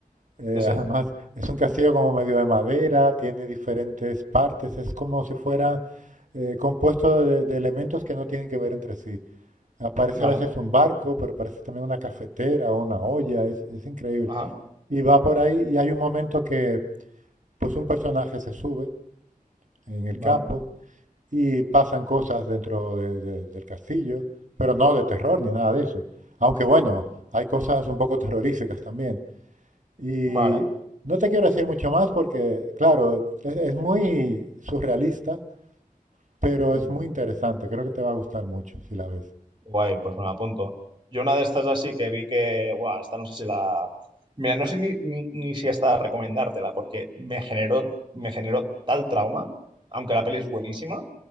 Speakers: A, on the right (about 55°); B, on the right (about 30°).
A: Eh,
B: Sí, sí.
A: además, es un castillo como medio de madera, tiene diferentes partes, es como si fuera eh, compuesto de, de elementos que no tienen que ver entre sí. Aparece
B: Vale.
A: a veces un barco, pero aparece también una cafetera o una olla, es, es increíble.
B: Ajá.
A: Y va por ahí y hay un momento que pues un personaje se sube en el
B: Vale.
A: campo y pasan cosas dentro de- de- del castillo, pero no de terror ni nada de eso. Aunque bueno, hay cosas un poco terroríficas también. Y
B: Vale.
A: no te quiero decir mucho más porque, claro, es, es muy surrealista, pero
B: sí.
A: es muy interesante. Creo que te va a gustar mucho si la ves.
B: Guay, pues me la apunto. Yo una de estas así que vi que, guau, esta no sé si la... Mira, no sé ni, ni- ni si hasta recomendártela, porque me generó, me generó tal trauma, aunque la peli es buenísima,